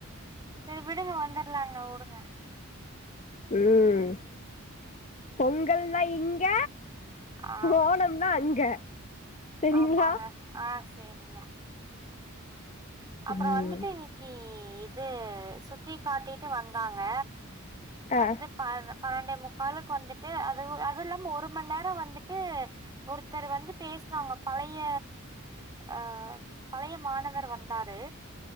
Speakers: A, on the right (about 20°); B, on the left (about 35°).
A: சே விடுங்க வந்துடலாங்க வுடுங்க
B: உம் பொங்கல்னா இங்க
A: ஆ
B: ஓணம்னா அங்க சரிங்களா
A: ஆமாங்க ஆஹ் சேரிங்க அப்புற
B: ம்
A: வந்துட்டு இன்னிக்கு இது சுத்தி காட்டிட்டு வந்தாங்க
B: ஆ
A: வந்து பார்ர பன்னெண்டே முக்காலுக்கு வந்துட்டு அது அது இல்லாம ஒரு மண் நேர வந்துட்டு ஒருத்தர் வந்து பேசி சுனாங்க பழைய ஆஹ பழைய மாணவர் வந்தாரு